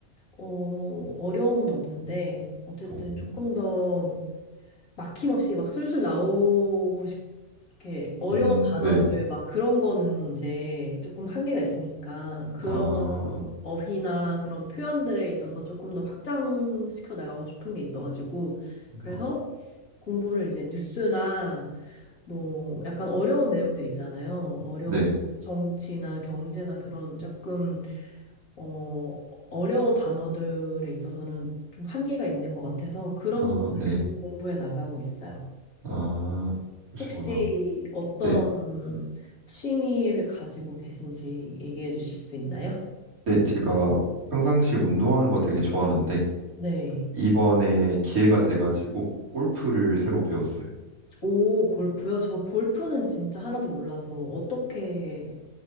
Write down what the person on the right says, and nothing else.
오,
음,
네, 네.
아,
아,
네,
아,
네,
아, 그러시구나.
네,
네, 제가 평상시 운동하는 거 되게 좋아하는데
이번에 기회가 돼가지고 골프를 새로 배웠어요.